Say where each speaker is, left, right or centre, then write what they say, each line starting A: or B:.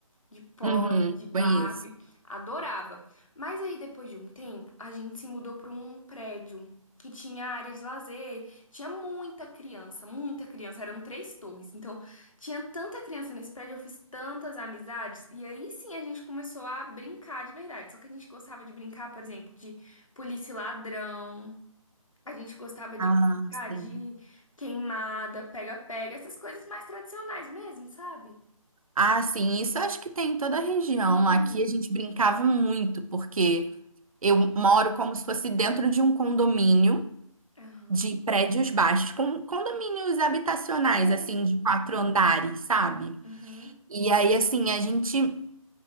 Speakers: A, on the left; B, on the right.
A: de Polly,
B: Uhum,
A: de Barbie,
B: bem isso.
A: adorava. Mas aí depois de um tempo, a gente se mudou para um prédio que tinha área de lazer, tinha muita criança, muita criança, eram três torres. Então, tinha tanta criança nesse prédio, eu fiz tantas amizades e aí sim a gente começou a brincar de verdade. Só que a gente gostava de brincar, por exemplo, de polícia e ladrão. A gente gostava de
B: Ah,
A: brincar
B: sim.
A: de queimada, pega-pega, essas coisas mais tradicionais mesmo, sabe?
B: Ah, sim, isso eu acho que tem em toda a região.
A: Sim.
B: Aqui a gente brincava muito, porque Eu moro como se fosse dentro de um condomínio
A: Aham.
B: de prédios baixos, com condomínios habitacionais,
A: Sei.
B: assim, de quatro
A: Uhum.
B: andares, sabe?
A: Uhum.
B: E aí, assim, a gente,